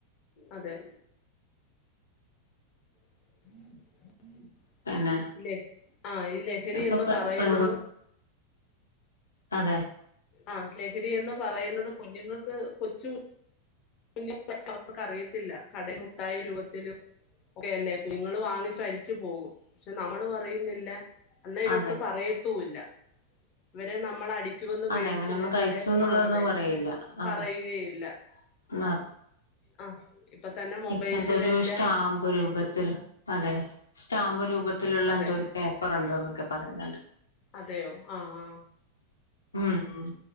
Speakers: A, on the left (about 40°); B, on the left (about 75°).
A: അതെ <inaudible>
B: പിന്നെ
A: ഇല്ലേ ആ ഈ ലഹരി
B: ഇപ്പൊ
A: എന്നന്ന് പറയുന്നത്
B: പെൺകു അതെ
A: ആ ലഹരി എന്ന് പറയുന്നത് കുഞ്ഞുങ്ങൾക്ക് കൊച്ചു കുഞ്ഞ <unintelligible> അവർക്കറിയത്തില്ല കടൽ മുട്ടായി രൂപത്തിലും ഒക്കെല്ലേ കുഞ്ഞുങ്ങൾ വാങ്ങിച്ച് കഴിച്ചു പോകും പക്ഷെ നമ്മളും അറിയുന്നില്ല അന്നായിലൊട്ട്
B: അതെ
A: പറയ ത്തുല ഇവരെ നമ്മൾ അടി ക്കുമെന്ന്
B: അതെ
A: പേടിച്ച്
B: അങ്ങനെയൊന്നും
A: ഇവര്
B: കഴിച്ചു
A: കടെ
B: എന്നുള്ളതൊന്നും
A: അതെ
B: പറയില്ല അതെ
A: പറയുകയില്ല
B: <unintelligible>
A: ആ ഇപ്പൊ തന്നെ മൊബൈലും
B: ഇപ്പ എന്തൊ ഒരു
A: എല്ലാം
B: സ്റ്റാമ്പ് രൂപത്തിൽ അതെ. സ്റ്റാമ്പ് രൂപത്ത് ത്തിലുള്ള
A: അതെ
B: എന്തോ ഒരു പേപ്പർ ഉണ്ട്ന്ന്. ക്കെ പറയുന്നുണ്ട്.
A: അതെയോ ആ ആ.
B: ഉം